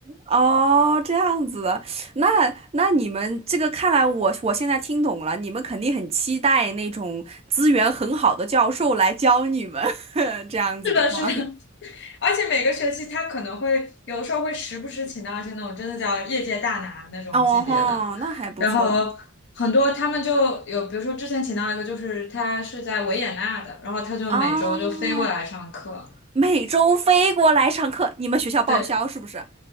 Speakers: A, on the right (about 30°); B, on the left (about 60°).
A: 哦这样子的，那那你们这个看来我我现在听懂了，你们肯定很期待那种资源很好的教授来教你们 <laughs> 这样子的话。
B: <laughs> 是的，是的，而且每个学期他可能会有的时候会时不时请到一些那种真的叫业界大拿那种级别的，
A: 哦吼，那还不错
B: 然后很多他们就有，比如说之前请到一个就是他是在维也纳的，然后他就每周就飞过来上课，
A: 啊！每周飞过来上课，你们学校报销是不是？
B: 对。